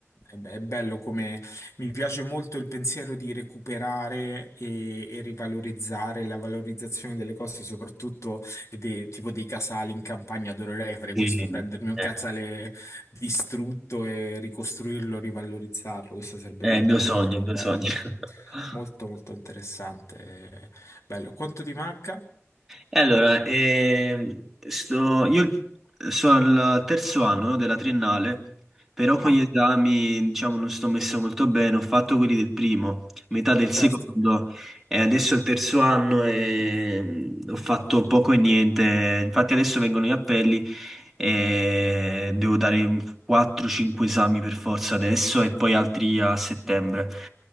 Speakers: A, on the left (about 70°); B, in the centre.
A: è be- è bello come mi piace molto il pensiero di recuperare e, e rivalorizzare la valorizzazione delle cose, soprattutto e dei- tipo dei casali in campagna, adorerei fare
B: Sì.
A: questo, prendermi un
B: Eh,
A: casale distrutto e ricostruirlo, rivalorizzarlo. Questo sarebbe
B: È
A: veramente
B: il mio sogno,
A: molto
B: il mio
A: bello.
B: sogno. <laughs>
A: Molto, molto interessante. eh, Bello. Quanto ti manca?
B: E allora, ehm, sto, io sono al terzo anno, no, della triennale, però con
A: Ah,
B: gli esami, diciamo, non sto messo molto bene. Ho fatto quelli del primo, metà del
A: certo.
B: secondo, e adesso al terzo anno e ho fatto poco e niente. Infatti adesso vengono gli appelli e devo dare un 4-5 esami per forza adesso e poi altri a settembre.